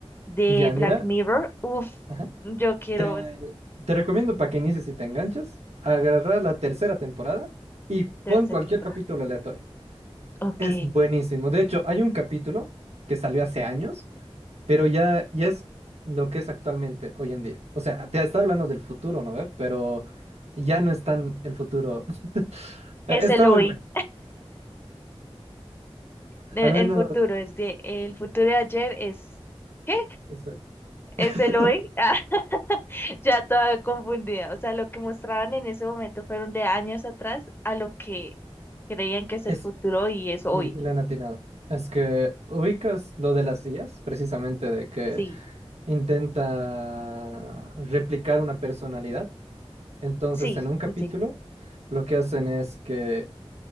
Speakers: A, on the left (about 20°); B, on the right (about 80°).
A: de
B: Ya, mira,
A: Black Mirror. Uf,
B: ajá.
A: yo quiero
B: Te, te recomiendo para que inicies y te enganches, agarrar la tercera temporada y pon
A: tercera
B: cualquier
A: temporada.
B: capítulo aleatorio.
A: Ok.
B: Es buenísimo. De hecho, hay un capítulo que salió hace años, pero ya, ya es lo que es actualmente, hoy en día. O sea, te está hablando del futuro, ¿no ve? Pero ya no es tan el futuro. <laughs>
A: Es
B: Eh, Está
A: el hoy.
B: muy bueno,
A: El,
B: al menos
A: el futuro es de. El futuro de ayer es. ¿Qué?
B: eso.
A: Es
B: <laughs>
A: el hoy. <laughs> Ah, ya toda confundida. O sea, lo que mostraban en ese momento fueron de años atrás a lo que creían que es
B: Es,
A: el futuro y es hoy.
B: y- y le han atinado. Es que ubicas lo de las sillas, precisamente de que
A: Sí,
B: intenta replicar una personalidad. Entonces,
A: sí,
B: en un capítulo,
A: sí, sí.
B: lo que hacen es que